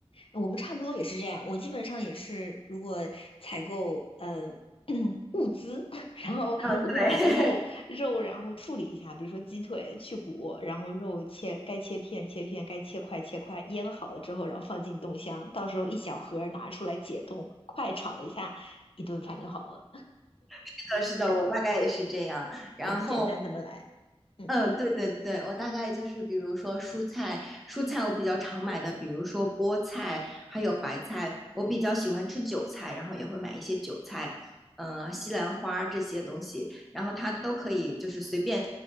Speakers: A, on the left (about 60°); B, in the centre.
A: 我们差不多也是这样，我基本上也是，如果采购嗯、呃 <clears throat> 物资，<laughs> 然后我会把肉肉然后处理一下，
B: 嗯，对，<laughs>
A: 比如说鸡腿去骨，然后肉切该切片切片，该切块切块，腌好了之后，然后放进冻箱，到时候一小盒儿拿出来解冻，快炒一下，一顿饭就好了，
B: 是的，是的，我大概也是这样。然后，
A: 怎么简单怎么来，嗯
B: 嗯，对对对，我大概就是比如说蔬菜，蔬菜我比较常买的，比如说菠菜，还有白菜。我比较喜欢吃韭菜，然后也会买一些韭菜，嗯，西兰花这些东西，然后它都可以就是随便